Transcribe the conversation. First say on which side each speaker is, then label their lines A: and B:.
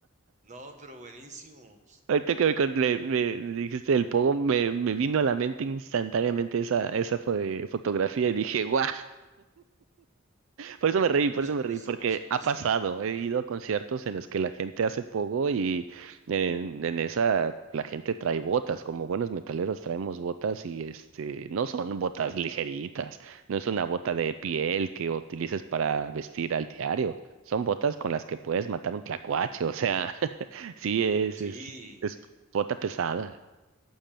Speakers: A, on the right (about 35°); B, on the right (about 70°).
A: No, pero buenísimo.
B: Ahorita que me, con- me- me- me dijiste del pogo, me, me vino a la mente instantáneamente esa, esa fo- fotografía y dije, wow, Por eso me reí,
A: Por
B: por
A: supuesto,
B: eso me reí, porque
A: por supuesto.
B: ha pasado. He ido a conciertos en los que la gente hace pogo y en, en esa la gente trae botas, como buenos metaleros traemos botas y este no son botas ligeritas, no es una bota de piel que utilices para vestir al diario, son botas con las que puedes matar un tlacuache, o sea, <laughs> sí es
A: Sí,
B: es es bota pesada.